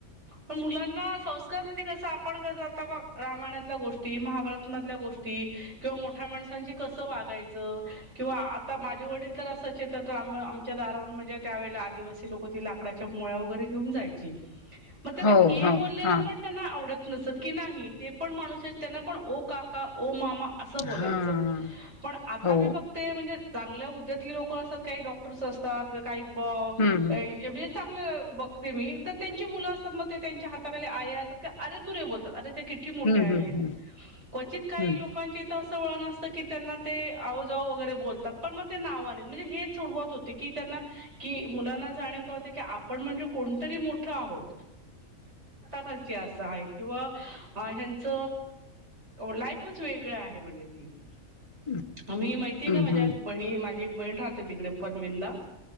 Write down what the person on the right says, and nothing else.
पण मुलांना संस्कार म्हणजे कस आपण कस आता ब रामायणातल्या गोष्टी महाभारतमधल्या गोष्टी किंवा मोठा माणसांची कसं वागायच किंवा आता माझे वडील तर असचे तर आम आमच्या दारावरून म्हणजे त्यावेळेला आदिवासी लोक ती लाकडाच्या मुळ्या वगैरे घेऊन जायची. मग त्यांना
ए
बोललेलं
पण त्यांना आवडत नस की नाही ते पण माणूस आहेत त्यांना पण ओ काका ओ मा अस बोलायच
पण आता
मी बघते म्हणजे, चांगल्या हुद्यातली लोकं असतात, काही डॉक्टर्स असतात, काहीज
म्हणजे चांगलं बघते मी तर त्यांची मुलं असतात मग ते त्यांच्या हाताखाली आया असत का अरे तुरे बोलतात अरे किती मोठे
आहेत,
कवचित काही
लोक त की त्यांना ते आओजऊ वगैरे बोलतात पण मग ते नावाने म्हणजे हे सोडवत होते की कि मुलांना जाणीव राहूदे कि आपण म्हणजे कोणी तरी मोठं आहोत. खाल अस आहेत किंवा ह्यांच लाईफच वेगळ आहे म्हणजे ती
आ मी माहितीये
का माझ्या
बहिणी माझी एक बहीण राहते तिकडे पनवेलला,